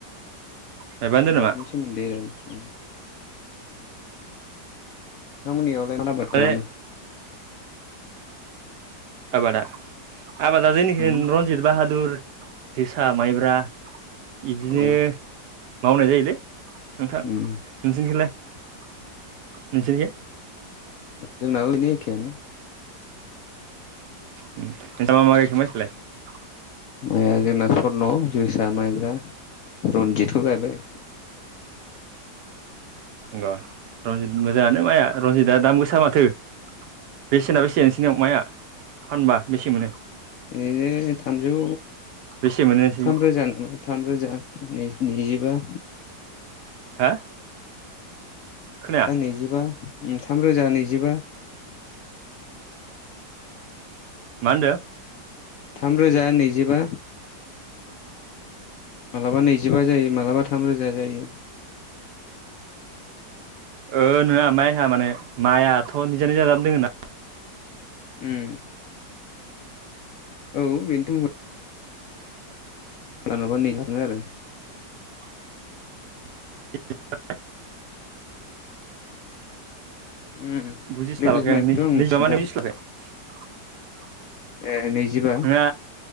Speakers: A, on the right (about 70°); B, on the left (about 65°).
A: गायबानो दोन
B: आबादनि
A: नामा
B: सोमोन्दै आरो। नोंथांमोननियावलाय आबाद खालामो।
A: ओइ आबादा आबादा जेनिखि
B: उम
A: रनजित बाहादुर जि जोसा माइब्रा इदिनो
B: ओ
A: मावनाय जायोलै। नोंथां
B: उम
A: नोंसनखलाय नोंसोरनिखिजा?
B: जोंनावओनो एखे।
A: <unintelligible>
B: माइाया जोंना स्र्न' जोसा माइब्रा रन्जितखौ गायबाय।
A: अ रनजित <unintelligible> हायानो माया रनजितआ दाम गोसा माथो बे सनाब बेसेेनसनियाव माया फानबा? बेसे मोनो
B: बिदिैनो थामजौ
A: बेसे मोनो नोंसोरनियाव
B: थाम रोजा थामरोजा नै-नैजिबा।
A: हा खोनाया
B: जा नैजिबा उम थाम रोजा नैजिबा।
A: मा होनदो?
B: थामरोजा नैजिबा। मालाबा नैजिबा जायो मालाबा थाम रोजा जायो।
A: ओ नोंङा माइहा माने माइआथ' निजा निजा जानानै दोङो ना।
B: उम औ बेनोथ' मालाबा नैजिबा थाङो आरो।
A: <inaudible>
B: उम
A: बुजिस्लाबाखै
B: बेलेग
A: आं
B: माइखौथ'
A: नैज-नैजिबा
B: मिथिला
A: माने <unintelligible> नाङा
B: ए नैजिबा